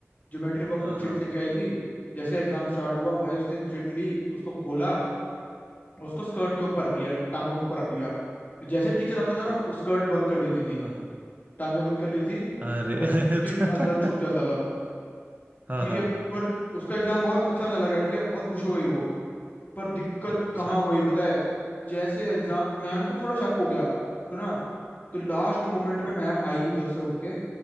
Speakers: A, on the left (about 35°); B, on the right (about 35°).
A: ज्योमेट्री बॉक्स
B: हाँ
A: में चिट
B: हाँ हाँ हाँ।
A: लेके आई थी जैसे एग्जाम स्टार्ट हुआ भाई उसने चिट ली उसको खोला उसको स्कर्ट के ऊपर रख लिया टांगों के ऊपर रख लिया जैसे टीचर आता था
B: अरे
A: ना वो स्कर्ट बंद कर देती थी
B: हाँ हाँ
A: टांगे बंद कर लेती थी
B: अरे
A: और
B: <laughs>
A: चिट अंदर छुप जाता था
B: हाँ
A: ठीक
B: हाँ
A: है पर उसका एग्जाम बहुत अच्छा चला गया ठीक है बहुत खुश हो गई वो पर दिक्कत
B: अच्छा
A: कहाँ हुई पता है जैसे एग्जाम मैम को थोड़ा शक हो गया तो ना तो लास्ट मोमेंट में मैम आई उधर से उठ के